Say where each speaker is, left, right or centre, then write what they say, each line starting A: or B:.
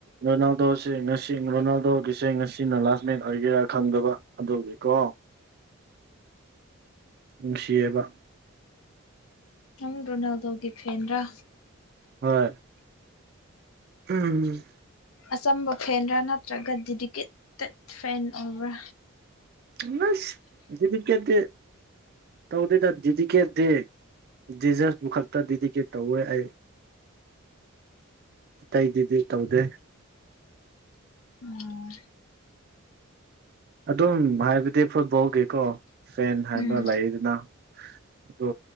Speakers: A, on the right (about 50°); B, on the left (about 85°).
A: ꯔꯣꯅꯥꯜꯗꯣꯁꯦ ꯉꯁꯤ ꯔꯣꯅꯥꯜꯗꯣꯒꯤꯁꯦ ꯉꯁꯤꯅ ꯂꯥꯁ ꯃꯦꯟ ꯑꯣꯏꯒꯦꯔꯥ ꯈꯪꯗꯕ ꯑꯗꯨꯒꯤ ꯀꯣ ꯅꯨꯡꯁꯤꯌꯦꯕ
B: ꯅꯪ ꯔꯣꯅꯥꯜꯗꯣꯒꯤ ꯐꯦꯟ ꯔꯥ
A: ꯍꯣꯏ ꯎꯝ
B: ꯑꯆꯝꯕ ꯐꯦꯟꯔꯥ ꯅꯠꯇ꯭ꯔꯒ ꯗꯤꯗꯤꯀꯦꯇꯠ ꯐꯦꯟ ꯑꯣꯏꯕ꯭ꯔꯥ
A: <unintelligible> ꯗꯤꯗꯤꯀꯦꯗꯦ ꯇꯧꯗꯦꯗ ꯗꯤꯗꯤꯀꯦꯗꯦ ꯖꯤꯖꯁꯄꯨ ꯈꯛꯇ ꯗꯤꯗꯤꯀꯦꯠ ꯇꯧꯋꯦ ꯑꯩ ꯇꯩꯗꯗꯦ ꯇꯧꯗꯦ
B: ꯎꯝ
A: ꯑꯗꯨꯝ ꯍꯥꯏꯕꯗꯤ ꯐꯨꯠꯕꯣꯜꯒꯤꯀꯣ ꯐꯦꯟ ꯍꯥꯏꯕ
B: ꯎꯝ
A: ꯂꯩꯗꯅ ꯑꯗꯣ